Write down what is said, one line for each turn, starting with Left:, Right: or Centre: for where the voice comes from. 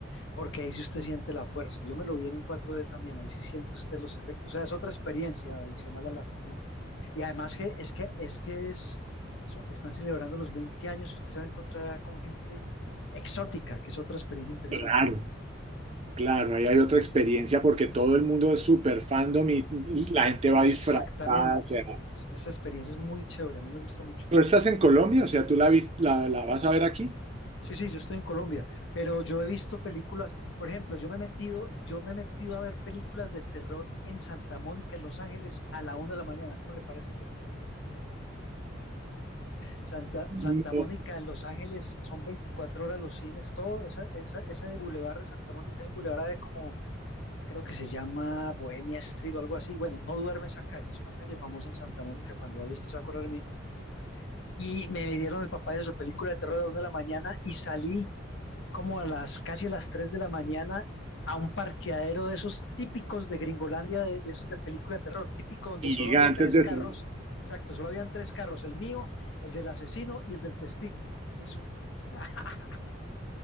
Left: porque ahí sí usted siente la fuerza. Yo me lo vi en un cuatro d también, ahí sí siente usted los efectos. O sea, es otra experiencia adicional a la que uno. Y además que es que es que es, so- están celebrando los 20 años y usted se va a encontrar con gente exótica, que es otra experiencia interesante.
Right: Claro. Claro, ahí hay otra experiencia porque todo el mundo es súper fandom y la gente
Left: Exactamente.
Right: va disfrazada. o sea,
Left: Es- esa experiencia es muy chévere, a mí me gusta mucho.
Right: ¿tú estás en Colombia? O sea, ¿tú la, vis- la, la vas a ver aquí?
Left: Sí, sí, yo estoy en Colombia, pero yo he visto películas, por ejemplo, yo me he metido, yo me he metido a ver películas de terror en Santa Mónica, en Los Ángeles, a la una de la mañana. ¿Cómo le parece, pues? Santa,
Right: No,
Left: Santa Mónica en Los Ángeles son 24 horas los cines, todo, esa, esa, ese bulevar de Santa Mónica, hay un bulevar de como, creo que se llama Bohemia Street o algo así. Bueno, no duerme esa calle, es una calle famosa en Santa Mónica, cuando vaya usted se va a acordar de mí. Y me dieron el papá de su película de terror a la una de la mañana y salí como a las casi a las 3 de la mañana a un parqueadero de esos típicos de Gringolandia, de, de esos de película de terror, típico donde
Right: gigantes
Left: solo había tres
Right: de
Left: carros,
Right: fila.
Left: exacto, solo habían tres carros, el mío, el del asesino y el del testigo. Eso. <laughs>